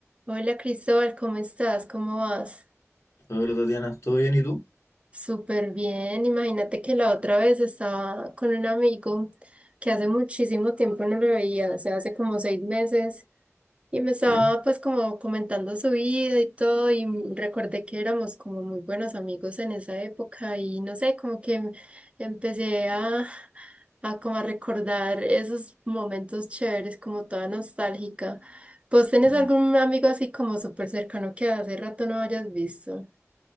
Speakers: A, on the right; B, on the left.
A: Hola Cristóbal, ¿cómo estás? ¿Cómo vas?
B: Hola Tatiana, ¿todo bien y tú?
A: Súper bien. Imagínate que la otra vez estaba con un amigo que hace muchísimo tiempo no lo veía, o sea, hace como seis meses y me estaba
B: ¿Ya?
A: pues como comentando su vida y todo y m- recordé que éramos como muy buenos amigos en esa época y no sé, como que em- empecé a, a como a recordar esos momentos chéveres, como toda nostálgica. ¿Vos tenés
B: Mm.
A: algún amigo así como súper cercano que hace rato no hayas visto?